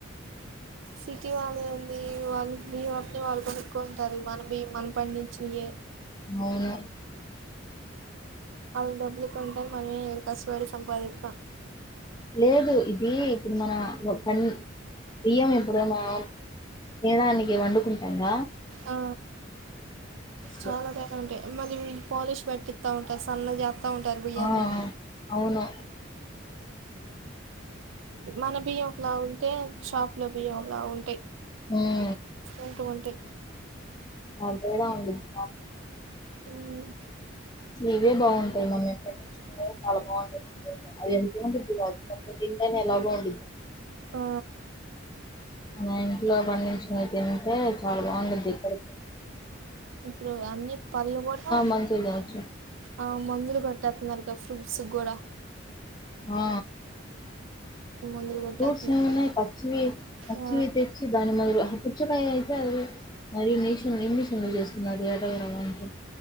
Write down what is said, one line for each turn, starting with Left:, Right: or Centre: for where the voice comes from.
Right: సిటీ వాళ్ళు ఏంది వాళ్ళు మీ వాటిని వాళ్ళు కొనుక్కోంటారు. మన బియ్యం మనం పండించినియ్యే
Left: అవునా
Right: వాళ్ళ డబ్బులు కొంటారు మళ్ళీరు కష్టపడి సంపాదిస్తా
Left: లేదు ఇది ఇప్పుడు మన ఒ పన్ బియ్యం ఇప్పుడు మా ఏ దానికి వండుకుంటాంద
Right: ఆ
Left: అసలు
Right: చాలానెగా ఉంటాయి మళ్ళీ మీ పాలిష్ పెట్టి స్తా ఉంటారు సన్నగ చేత్త ఉంటారు బియ్యాన్ని
Left: ఆ అవును
Right: మన బియ్యం ఒకలా ఉంటే షాప్ లో బియ్యం ఒకలా ఉంటాయి.
Left: ఉమ్
Right: ఉంటు వంటయ్
Left: అంతేగా ఉంది అ
Right: ఉహు
Left: ఇవే బాగుంటాయి మనం ఎక్కడ నుంచిన్నా చాలా బాగుంటాది ప అవి ఎంతే ఉంటుదు కాది కొత్త తింటనే ఎలా బాఉండిద్ద
Right: ఆ
Left: మన ఇంట్లో పండించినవి తింటే చాలా బాగుండది ఇక్కడి
Right: ఇప్పుడు అన్ని పళ్ళు కూడా
Left: మంచిగా తినొచ్చు
Right: ఆ మందులు కొట్టేత్తన్నారుగా స్ ఫ్రూట్స్ గూడా
Left: ఆ
Right: మందులు కొట్టేస్తున్నారు
Left: ఫ్రూట్స్ ఏమున్నాయి పచ్చి పచ్చివి
Right: ఆ
Left: తెచ్చి దాని మొదలు పుచ్చకాయ అయితే అది మరి ఇంజిషన్ ఇండిషన్లు చేస్తున్నారు ఎర్రగా రావడానికి